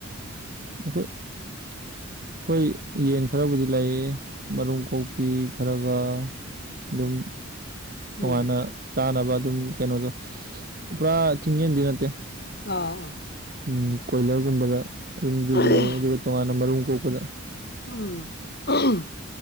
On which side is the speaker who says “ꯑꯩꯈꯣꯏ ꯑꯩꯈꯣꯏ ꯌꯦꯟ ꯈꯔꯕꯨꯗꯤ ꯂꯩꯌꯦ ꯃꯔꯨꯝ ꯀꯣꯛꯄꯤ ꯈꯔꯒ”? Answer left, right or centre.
Right